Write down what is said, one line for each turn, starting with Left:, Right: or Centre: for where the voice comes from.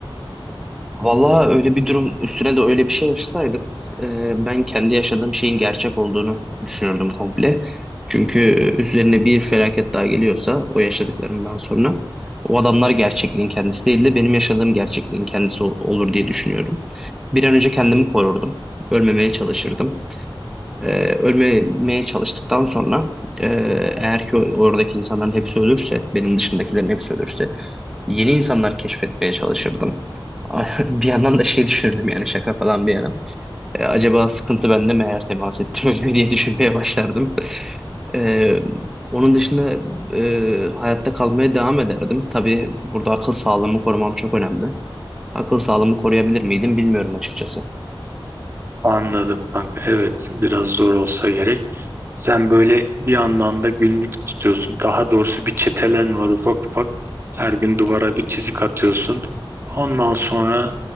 Centre: Vallahi öyle bir durum üstüne de öyle bir şey yaşasaydım e, ben kendi yaşadığım şeyin gerçek olduğunu düşünürdüm komple. Çünkü e, üzerine bir felaket daha geliyorsa o yaşadıklarımdan sonra o adamlar gerçekliğin kendisi değil de benim yaşadığım gerçekliğin kendisi ol- olur diye düşünüyorum. Bir an önce kendimi korurdum. Ölmemeye çalışırdım. Ee, ölmemeye çalıştıktan sonra e, eğer ki oradaki insanların hepsi ölürse, benim dışındakilerin hepsi ölürse yeni insanlar keşfetmeye çalışırdım. <laughs> Bir yandan da şey düşünürdüm yani şaka falan bir yana. Ee, acaba sıkıntı bende mi eğer temas ettim <laughs> ölüme diye düşünmeye başlardım. Ee, onun dışında e, hayatta kalmaya devam ederdim. Tabii burada akıl sağlığımı korumam çok önemli. Akıl sağlığımı koruyabilir miydim bilmiyorum açıkçası.
Right: Anladım kanka. Evet biraz zor olsa gerek. Sen böyle bir yandan da günlük tutuyorsun. Daha doğrusu bir çetelen var ufak ufak. Her gün duvara bir çizik atıyorsun. Ondan sonra